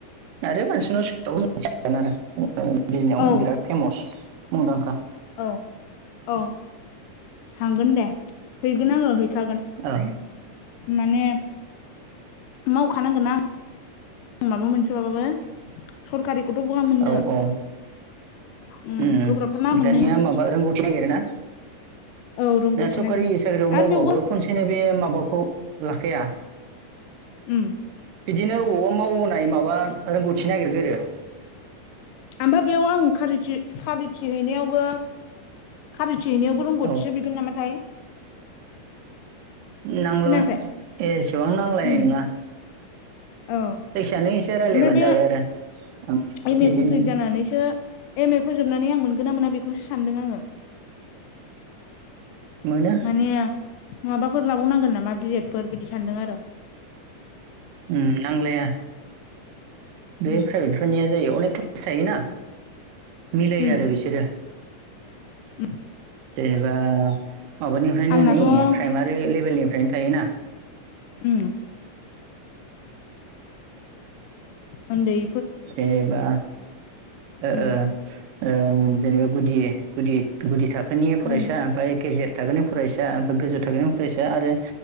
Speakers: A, on the right; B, on the left.
A: आरो मानसिनाव <unintelligible> मिथिगोन आरो। ओ बिजनीयाव
B: औ
A: बिराद फेमस मुंदांखा।
B: औ औ थांगोन दे हैगोन आङो। हैखागोन
A: ओ
B: माने मावखानांगोनना आं। आं माबा मोनसे बाबो सरखारिखौथ' बहा मोननो।
A: औ औ
B: उम
A: ओ
B: गोब्राबथार ना मोननो
A: दानिया माबा रोंगौथि नागिरो ना?
B: औ रोंगौथि
A: ए सरखारि
B: नागिरो
A: साख्रियाव मावबाबो
B: आरो बेयावबो
A: खनसेनो बे माबाखौ लाखाया?
B: ओम।
A: बिदिनो बबावबा मावोनाय माबा रोंगौथि नागिरग्रोयो।
B: ओमफाय बेयाव आं खारिथि खारिथि हैनायावबो खारिथि हैनायावबो रोंग'थिसो
A: औ
B: बिगोन नामाथाय
A: नांगौ
B: खोनायाखै
A: एसेबां नांलायनाय
B: उम
A: नङा।
B: औ
A: जायखिजाया नों एसे रायज्लायबानो
B: ओमफ्राय बे
A: जाबाय आरो। आं बिदि
B: एम ए
A: बिदि
B: कमप्लिट
A: होननानै
B: जानानैसो एम ए फोजोबनानै आं मोनगोन ना मोना बे खौसो सानदों आङो।
A: मोनो
B: माने माबाफोर लाबावनांगोन नामा बियेदफोर बिदि सानदों आरो।
A: ओम नांलाया बे
B: उम
A: प्राइभेटफोरनिया जायो अनेक <unintelligible> सायोना मिलायो
B: उम
A: आरो बिसोरो।
B: <unintelligible>
A: जेनेबा माबानिफ्रायनो
B: आंनाथ'
A: नै
B: उम
A: प्राइमारि लेभेलनिफ्रायनो थायोना।
B: ओम। उन्दै
A: जेनेबा ओ
B: उम
A: ओ। ओ जेनेबा गुदि गुदि गुदि थाखोनि फरायसा
B: उम
A: ओमफ्राय गेजेर थाखोनि फरायसा ओमफ्राय गोजौ थाखोनि फरायसा आरो